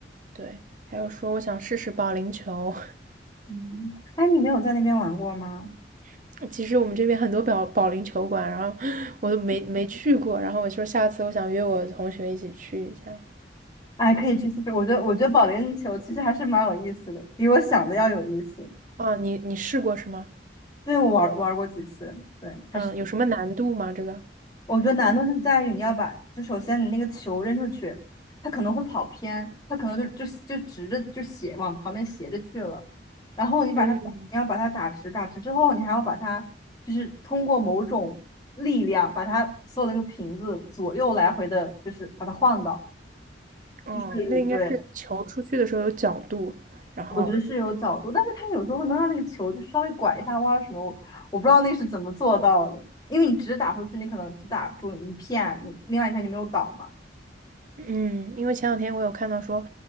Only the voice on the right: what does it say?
对，还有说我想试试保龄球，
<laughs> 其实我们这边很多保保龄球馆，然后我都没没去过，然后我说下次我想约我同学一起去一下。
啊，你你试过是吗？
嗯，有什么难度吗？这个？
嗯，
哦，
那应该是球出去的时候有角度，然后
嗯，因为前两天我有看到说，